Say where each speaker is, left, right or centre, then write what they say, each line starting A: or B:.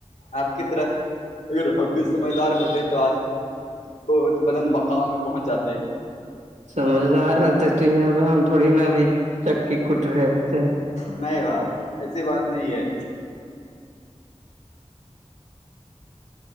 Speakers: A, on the left; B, on the right.
A: آپ کی طرح اگر ہم بھی سمجھدار ہوتے تو آج بہت بلند مقام میں پہنچ جاتے
B: سمجدار ہوتے تو یہاں پہ ہم تھوڑی نا ابھی چکی کٹ رہے ہوتے
A: نہیں بھائی ایسی بات نہیں ہے